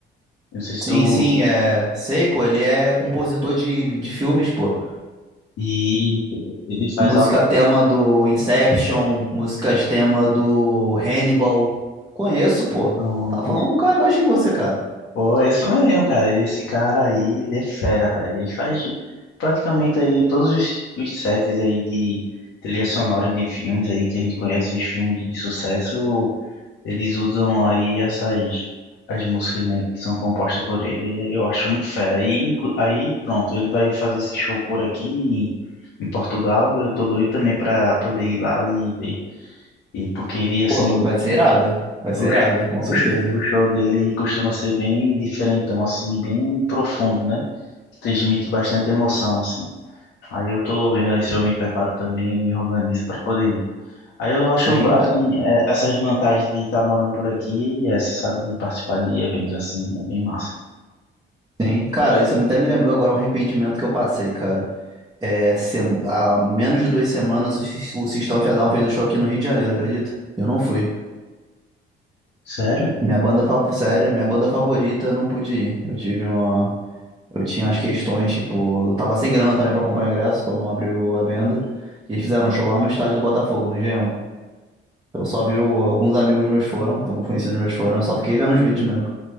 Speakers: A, on the left (about 85°); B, on the right (about 20°).
A: Não sei se
B: Sim,
A: tu.
B: sim, é, sei, pô, ele é compositor de, de filmes, pô.
A: E ele faz
B: Música
A: alta.
B: tema do Inception, músicas tema do Hannibal. Conheço, pô.
A: Pronto,
B: Tá falando com um cara que gosta de música, cara.
A: Pô, é isso mesmo, cara. Esse cara aí, ele é fera, velho. Ele faz praticamente aí todos os, os sets aí de trilhas sonoras de filmes aí que a gente conhece, os filmes de sucesso, eles usam aí essas as músicas, né, que são compostas por ele. E eu acho muito fera. E inclu- aí, pronto, ele vai fazer esse show por aqui em, em Portugal. Eu tô doido também pra poder ir lá e ver. E porque ele, assim,
B: Pô, vai ser irado. Vai ser
A: o,
B: irado,
A: sh-
B: com certeza.
A: o, sh- o show dele costuma ser bem diferentão, assim, bem profundo, né? Transmite bastante emoção, assim. Aí eu tô vendo aí se eu me preparo também, me organizo pra poder ir. Aí eu acho,
B: Sim,
A: assim,
B: ah,
A: é, essas vantagens de estar morando por aqui e essa, sabe, de participar de eventos assim, é bem massa.
B: sim. Cara, isso até me lembrou agora um arrependimento que eu passei, cara. É, sem- há menos de duas semanas o, Sis- o System of a Down fez o show aqui no Rio de Janeiro, acredita? E eu não fui.
A: Sério?
B: Minha banda favorita, sério, minha banda favorita, eu não pude ir. Eu tive uma. Eu tinha as questões, tipo, eu tava sem grana também pra comprar ingresso quando abriu a venda. E eles fizeram um show lá no estádio do Botafogo, no Engenhão. Eu só vi o- alguns amigos meus foram, alguns conhecidos meus foram, eu só fiquei vendo os vídeos mesmo.